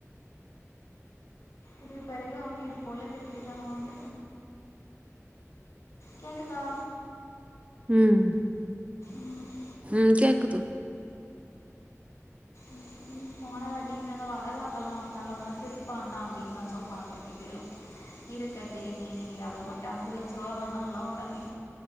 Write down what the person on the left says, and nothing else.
இடுல் பெறகு அவுங்க இது போல திருப்பி தருவாங்க கேக்குதா
ம்
ம் ம் போன வாட்டிங்னாலா வலகாப்பல்லா வந்தாலா அதலா திருப்பான்டா அப்டின்தா சொன்னாங்க இதேலு இருக்கட்டு நீ அத போட்டா அஞ்சு லட்சரூவா வானால்லா ஒரு அண்னே